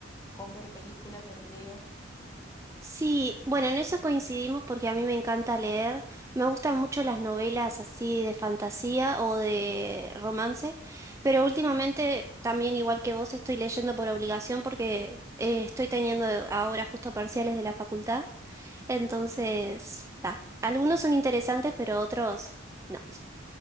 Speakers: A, on the left; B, on the right.
A: con ver películas, ver videos.
B: Sí, bueno, en eso coincidimos porque a mí me encanta leer, me gustan mucho las novelas así de fantasía o de romance, pero últimamente también igual que vos estoy leyendo por obligación porque eh, estoy teniendo ahora justo parciales de la facultad. Entonces, ta, algunos son interesantes, pero otros no.